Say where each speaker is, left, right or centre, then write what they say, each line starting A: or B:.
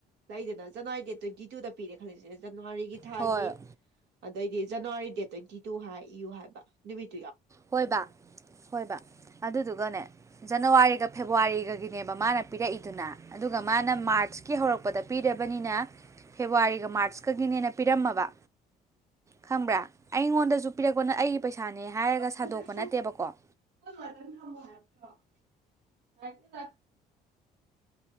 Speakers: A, on the right; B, on the right.
A: ꯂꯩꯗꯅ ꯖꯅꯋꯥꯔꯤ ꯗꯦꯠ ꯇ꯭ꯋꯦꯟꯇꯤ ꯇꯨꯗ ꯄꯤꯔꯦ ꯈꯪꯜꯂꯖꯤꯅꯦ ꯖꯅꯋꯥꯔꯤꯒꯤ ꯊꯥꯒꯤ
B: ꯍꯣꯏ
A: ꯑ ꯗꯩꯗꯤ ꯖꯅꯋꯥꯔꯤ ꯗꯦꯠ ꯇ꯭ꯋꯦꯟꯇꯤ ꯇꯨ ꯍꯥꯏ ꯏꯌꯨ ꯍꯥꯏꯕ ꯅꯨꯃꯤꯠ
B: ꯍꯣꯏꯕ ꯍꯣꯏꯕ ꯑꯗꯨꯗꯨꯒꯅꯦ ꯖꯅꯋꯥꯔꯤꯒ ꯐꯦꯕꯋꯥꯔꯤꯒꯒꯤꯅꯦꯕ ꯃꯥꯅ ꯄꯤꯔꯛꯏꯗꯨꯅ ꯑꯗꯨꯒ ꯃꯥꯅ ꯃꯥꯔꯁꯀꯤ ꯍꯧꯔꯛꯄꯗ ꯄꯤꯔ ꯏꯕꯅꯤꯅ ꯐꯦꯕꯋꯥꯔꯤꯒ ꯃꯥꯔꯆꯀꯒꯤꯅꯦꯅ ꯄꯤꯔꯝꯃꯕ ꯈꯪꯕ꯭ꯔꯥ ꯑꯩꯉꯣꯟꯗꯖꯨ ꯄꯤꯔꯛꯄꯅ ꯑꯩꯒꯤ ꯄꯩꯁꯥꯅꯦ ꯍꯥꯏꯔꯒ ꯁꯥꯗꯣꯛꯄ
A: ꯐꯖꯅ ꯁꯥ
B: ꯅꯠꯇꯦꯕꯀꯣ
A: ꯍꯣꯜ ꯉꯥꯛꯇꯪ ꯊꯝꯃꯣ ꯍꯥꯏꯕ <unintelligible>